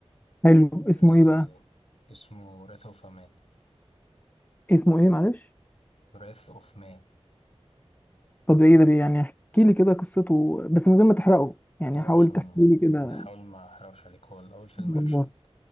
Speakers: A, on the left (about 15°); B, on the left (about 70°).
A: حلو اسمه
B: إيه،
A: ايه بقى؟
B: اسمه وراث أوف مان
A: اسمه ايه معلش
B: وراث أوف مان
A: طب ده ايه ده بي- يعني احكي لي كده قصته بس من غير ما تحرقه يعني
B: اه
A: حاول
B: عشان
A: تحكي لي كده
B: نحاول ما احرقش عليك هو الاول فيلم
A: بالظبط
B: اكشن